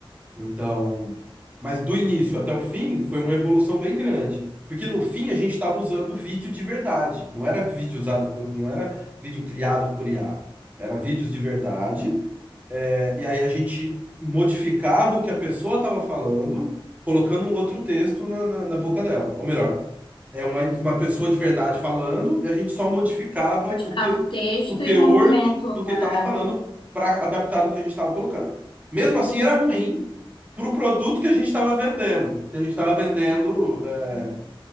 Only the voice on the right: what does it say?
Então, mas do início até o fim foi uma evolução bem grande. Porque no fim a gente estava usando vídeo de verdade. Não era vídeo usado por, não era vídeo criado por IA. Era vídeos de verdade é, e aí a gente modificava o que a pessoa estava falando, colocando um outro texto na, na, na boca dela. Ou melhor, é uma, uma pessoa de verdade falando, e a gente só modificava
o, te,
o teor
do, do
que ele estava falando
para adaptar no que a gente estava colocando. Mesmo assim,
era ruim para o produto que a gente estava vendendo. que A gente estava vendendo, é,